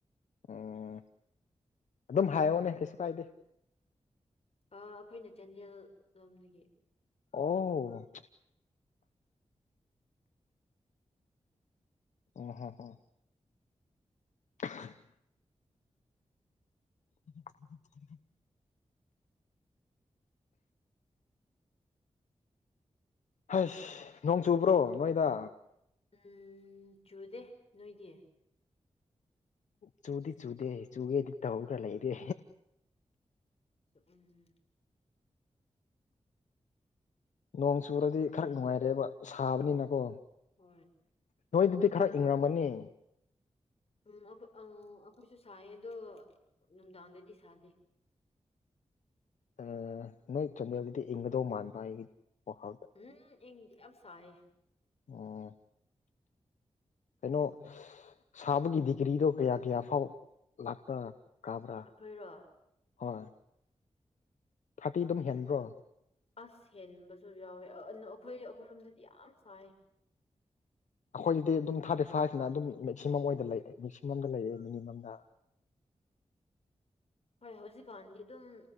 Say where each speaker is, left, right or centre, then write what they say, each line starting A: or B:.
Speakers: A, on the left (about 85°); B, on the left (about 55°).
A: ꯎꯝ ꯑꯗꯨꯝ ꯍꯥꯏꯌ‌ꯣꯅꯦ ꯀꯩꯁꯨ ꯀꯥꯏꯗꯦ
B: ꯑꯥ ꯑꯩꯈꯣꯏꯅ ꯆꯥꯟꯗꯦꯜ ꯂꯣꯝꯗꯒꯤ
A: ꯑꯣ <unintelligible> <unintelligible> <unintelligible> ꯍꯁ ꯅꯣꯡ ꯆꯨꯕ꯭ꯔꯣ ꯅꯣꯏꯗ
B: ꯎꯝ ꯆꯨꯗꯦ ꯅꯣꯏꯗꯤ
A: ꯆꯨꯗꯤ ꯆꯨꯗꯦ ꯆꯨꯒꯦꯗꯤ ꯇꯧꯔꯒ ꯂꯩꯔꯦ
B: ꯎꯝ
A: ꯅꯣꯡ ꯆꯨꯔꯗꯤ ꯈꯔ ꯅꯨꯡꯉꯥꯏꯔ‌ꯦꯕ ꯁꯥꯕꯅꯤꯅꯀꯣ
B: ꯍꯣꯏ ꯎꯝ
A: ꯅꯣꯏꯗꯨꯗꯤ ꯈꯔ ꯏꯪꯔꯝꯒꯅꯤ
B: ꯎꯝ ꯑꯩꯈꯣꯏ ꯑ ꯑꯩꯈꯣꯏꯁꯨ ꯁꯥꯏꯌꯦ ꯑꯗꯣ ꯅꯨꯡꯗꯥꯡꯗꯗꯤ ꯁꯥꯗꯦ
A: ꯑꯥ ꯅꯣꯏ ꯆꯥꯟꯗꯦꯜꯗꯨꯗꯤ ꯏꯪꯒꯗꯧ ꯃꯥꯟꯕ ꯑꯩꯒꯤ ꯋꯥꯈꯜꯗ
B: ꯎꯝ ꯏꯪꯗ‌ꯦ ꯌꯥꯝ ꯁꯥꯏꯌ‌ꯦ
A: ꯑꯣ ꯀꯩꯅꯣ ꯁꯥꯕꯒꯤ ꯗꯤꯒ꯭ꯔꯤꯗꯣ ꯀꯌꯥ ꯀꯌꯥ ꯐꯥꯎ ꯂꯥꯛꯄꯔ ꯀꯥꯕ꯭ꯔꯥ
B: ꯑꯩꯈꯣꯏꯔꯣ
A: ꯍꯣꯏ ꯊꯥꯔꯇꯤ ꯑꯗꯨꯝ ꯍꯦꯟꯈ꯭ꯔꯣ
B: ꯑꯁ ꯍꯦꯟꯕꯁꯨ ꯌꯥꯎꯋꯦ ꯑꯩꯈꯣꯏ ꯑꯩꯈꯣꯏꯔꯣꯝꯗꯗꯤ ꯌꯥꯝ ꯁꯥꯏꯌ‌ꯦ
A: ꯑꯩꯈꯣꯏꯁꯤꯗꯤ ꯑꯗꯨꯝ ꯊꯥꯔꯇꯤ ꯐꯥꯏꯚꯅ ꯑꯗꯨꯝ ꯃꯦꯛꯁꯤꯃꯝ ꯂꯩ ꯃꯦꯛꯁꯤꯃꯝꯗ ꯂꯩꯌ‌ꯦ ꯃꯤꯅꯤꯃꯝꯗ
B: ꯍꯣꯏ ꯍꯧꯖꯤꯛꯀꯥꯟꯗꯤ ꯑꯗꯨꯝ